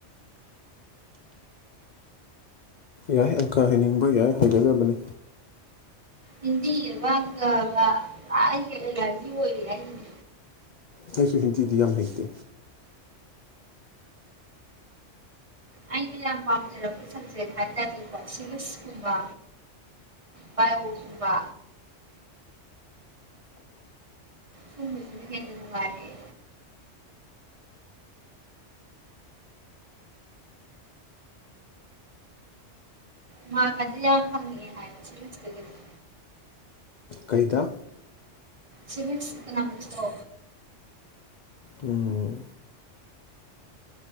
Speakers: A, on the left; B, on the right.
A: ꯌꯥꯏ ꯑꯪꯀ ꯍꯩꯅꯤꯡꯕ ꯌꯥꯏ ꯍꯥꯏꯒꯗꯕꯅꯤ
B: ꯍꯤꯟꯗꯤꯕꯒꯕ ꯑꯣꯏꯔꯤ <inaudible>
A: ꯑꯩꯁꯨ ꯍꯤꯟꯗꯤꯗꯤ ꯌꯥꯝ ꯍꯩꯇꯦ
B: ꯑꯩꯅ ꯌꯥꯝ ꯄꯥꯝꯖꯔꯛꯄ ꯁꯕꯖꯦꯛ ꯍꯥꯏꯇꯥꯔꯗꯤꯀꯣ ꯁꯤꯚꯁꯀꯨꯝꯕ ꯕꯥꯢꯌꯣ ꯒꯨꯝꯕ ꯁꯨꯝꯕꯁꯤꯅꯥ ꯍꯦꯟꯅꯥ ꯅꯨꯡꯉꯥꯏꯔꯛꯌꯦ ꯃꯥ ꯈꯗꯤ ꯌꯥꯝ ꯐꯪꯉꯦ ꯍꯥꯏꯅ ꯁꯤꯁꯤ <inaudible>
A: ꯀꯩꯗ
B: ꯁꯤꯚꯤꯛꯁ ꯑꯦꯀꯣꯅꯣꯃꯤꯛ ꯇꯣ
A: ꯎꯝ